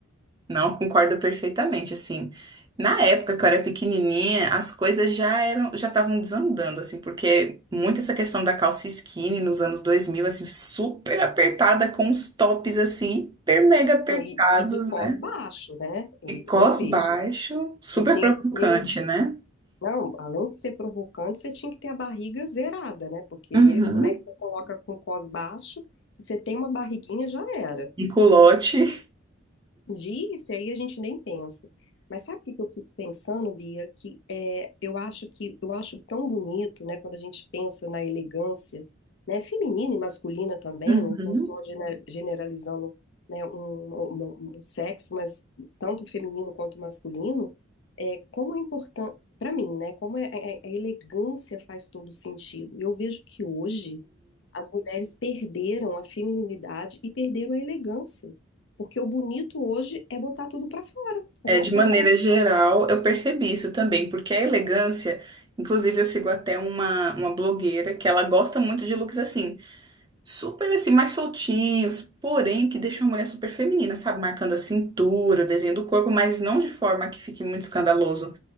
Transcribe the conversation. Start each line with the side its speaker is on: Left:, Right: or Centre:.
Right: Não, concordo perfeitamente, assim. Na época que eu era pequenininha, as coisas já eram, já estavam desandando, assim, porque muito essa questão da calça skinny nos anos 2000 assim, super apertada, com os tops, assim, hiper mega apertados,
Left: Então, E, e de cós
Right: né?
Left: baixo, né? E-
Right: E cós
Left: ou seja,
Right: baixo, super
Left: você tinha
Right: provocante,
Left: que ter
Right: né?
Left: Não, além de ser provocante, você tinha que ter a barriga zerada, né? Porque
Right: Uhum.
Left: como é que você coloca com cos baixo? Se você tem uma barriguinha, já era.
Right: Um culote.
Left: Disse, aí a gente nem pensa. Mas sabe o que que eu fico pensando, Bia? Que é, eu acho que eu acho tão bonito, né, quando a gente pensa na elegância, né, feminina e masculina também,
Right: Uhum.
Left: não estou só gener- generalizando, né, um, um- um um sexo, mas tanto feminino quanto masculino, é como é importante para mim, né? Como é, é- a elegância faz todo sentido. Eu vejo que hoje as mulheres perderam a feminilidade e perderam a elegância. Porque o bonito hoje é botar tudo pra fora, é
Right: É,
Left: mostrar
Right: de maneira
Left: o corpo.
Right: geral, eu percebi isso também, porque a elegância, inclusive eu sigo até uma, uma blogueira que ela gosta muito de looks assim, super assim, mais soltinhos, porém que deixam a mulher super feminina, sabe? Marcando a cintura, o desenho do corpo, mas não de forma que fique muito escandaloso.